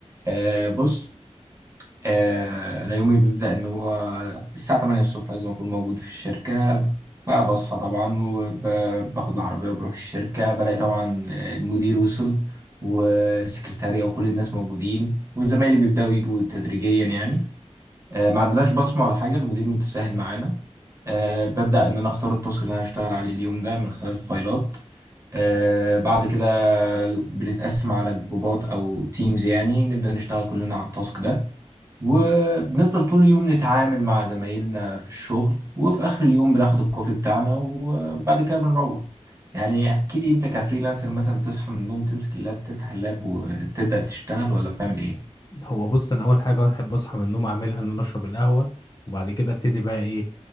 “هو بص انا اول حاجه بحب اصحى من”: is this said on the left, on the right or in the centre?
Left